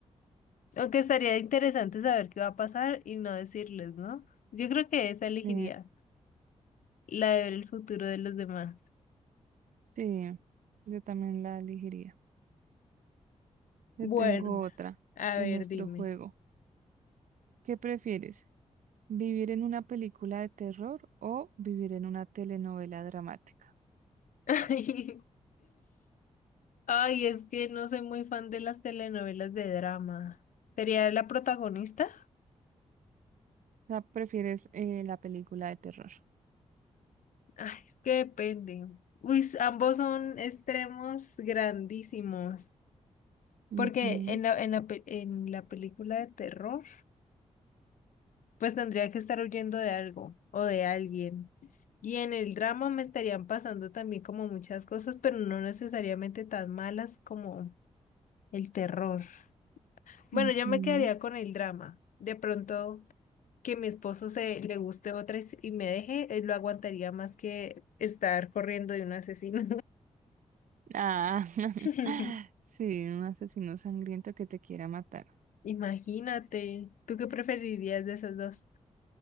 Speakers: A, on the left (about 85°); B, on the right (about 85°).
A: Aunque estaría interesante saber qué va a pasar y no decirles, ¿no? Yo creo que esa elegiría,
B: Sí,
A: la de ver el futuro de los demás.
B: sí, yo también la elegiría. Te
A: Bueno.
B: tengo otra
A: A
B: en
A: ver,
B: nuestro
A: dime.
B: juego. ¿Qué prefieres? ¿Vivir en una película de terror o vivir en una telenovela dramática?
A: <laughs> Ay, es que no soy muy fan de las telenovelas de drama. ¿Sería la protagonista?
B: O sea, prefieres eh, la película de terror.
A: Ay, es que depende. Uy, s- ambos son extremos grandísimos.
B: Ujú,
A: Porque en la, en la, pe- en la película de terror, pues tendría que estar huyendo de algo o de alguien. Y en el drama me estarían pasando también como muchas cosas, pero no necesariamente tan malas como el terror. Bueno,
B: ujú.
A: yo me quedaría con el drama. De pronto que mi esposo se le guste otra y s- y me deje, eh, lo aguantaría más que estar corriendo de un asesino.
B: Ah, <laughs>
A: <laughs>
B: sí, un asesino sangriento que te quiera matar.
A: Imagínate, ¿tú qué preferirías de esas dos?